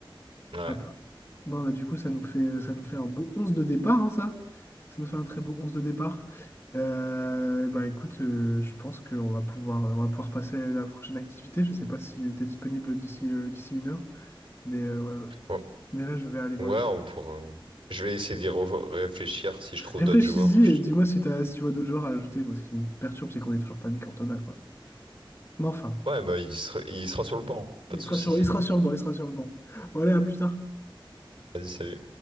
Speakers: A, on the right; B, on the left.
A: la...
B: Papin. Bon, bah, du coup, ça nous fait, ça nous fait un beau 11 de départ, hein, ça. Ça nous fait un très beau 11 de départ. Euh, bah, écoute, euh, je pense qu'on va pouvoir, on va pouvoir passer à la prochaine activité. Je sais pas si tu es disponible d'ici euh, d'ici une heure, mais, euh, ouais. ouais.
A: Ouais,
B: mais là, je vais aller manger.
A: ouais, ouais, on pour... euh, je vais essayer d'y re- réfléchir si je trouve
B: Réfléchis-y
A: d'autres joueurs. Je-
B: et dis-moi si t'as, si tu vois d'autres genres à ajouter. Moi, ce qui me perturbe, c'est qu'on est toujours pas mis Cantona, quoi. Mais enfin,
A: Ouais, bah il sera, il sera sur le banc, pas
B: il
A: de souci.
B: sera sur, il sera sur le banc, il sera sur le banc. Bon, allez, à plus tard.
A: Vas-y, salut.